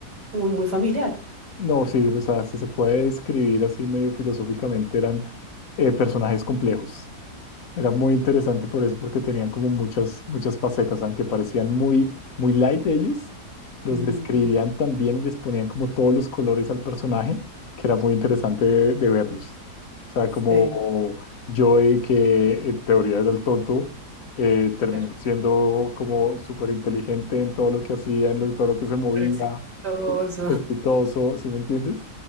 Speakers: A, on the right; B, on the left.
A: muy, muy familiar.
B: No, sí, o sea, si se puede describir así medio filosóficamente, eran eh, personajes complejos. Era muy interesante por eso, porque tenían como muchas, muchas facetas, aunque parecían muy, muy light ellos, los
A: Mm,
B: describían también y les ponían como todos los colores al personaje, que era muy interesante de, de verlos. O sea,
A: sí,
B: como Joey, que en teoría era el tonto, eh, terminó
A: pero,
B: siendo como súper inteligente en todo lo que hacía, en lo- todo lo que se movía,
A: pero exitoso.
B: exitoso,
A: <laughs>
B: ¿sí me entiendes?